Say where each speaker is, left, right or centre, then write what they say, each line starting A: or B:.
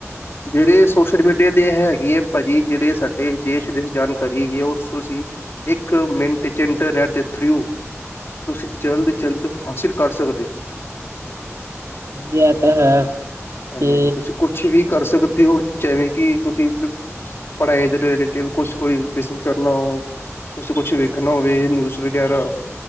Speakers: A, on the left (about 50°); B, on the right (about 80°).
A: ਜੇਡੇ ਸੋਸ਼ਲ ਮੀਡੀਆ ਤੇ ਹੈਗੀ ਏ ਭਾਜੀ ਜੇੜੇ ਸਾਡੇ ਦੇਸ਼ ਦੇ ਜਾਣਕਾਰੀ ਹੈਗੀ ਉਸ ਅਸੀ ਇੱਕ ਮਿੰਟ 'ਚ ਇੰਟਰਨੈਟ ਦੇ ਥਰੂ ਤੁਸੀਂ
B: ਹਾਂਜੀ
A: ਜਲਦ-ਜਲਦ ਹਾਸਿਲ ਕਰ ਸਕਦੇ ਓ।
B: ਯਾ ਤਾਂ ਹੈ।
A: ਹਾਂਜੀ
B: ਤੇ
A: ਹਾਂਜੀ, ਤੁਸੀਂ ਕੁਛ ਵੀ ਕਰ ਸਕਦੇ ਔ ਜੈਵੇਂ ਕਿ ਤੁਸੀਂ ਪੜ੍ਹਾਈ ਦੇ ਰਿਲੇਟਿਵ ਕੁਛ ਕੋਈ ਕਿਸਨ ਕਰਨਾ ਓ। ਤੁਸੀ ਕੁਛ ਵੇਖਣਾ ਹੋਵੇ ਨਿਊਸ ਵਗੈਰਾ।